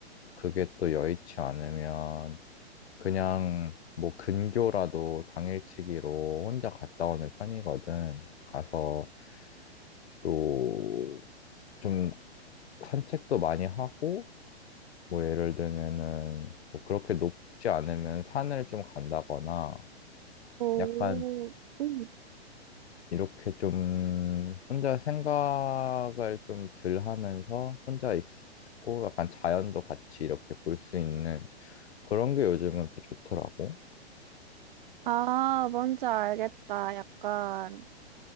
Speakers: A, on the left; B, on the right.
A: 그게 또 여의치 않으면 그냥 뭐 근교라도 당일치기로 혼자 갔다 오는 편이거든. 가서 또 좀 산책도 많이 하고 뭐 예를 들면은 뭐 그렇게 높지 않으면 산을 좀 간다거나
B: 오,
A: 약간
B: 음.
A: 이렇게 좀 혼자 생각을 좀 덜 하면서 혼자 있고 약간 자연도 같이 이렇게 볼 수 있는 그런 게 요즘은 또 좋더라고.
B: 아, 뭔지 알겠다. 약간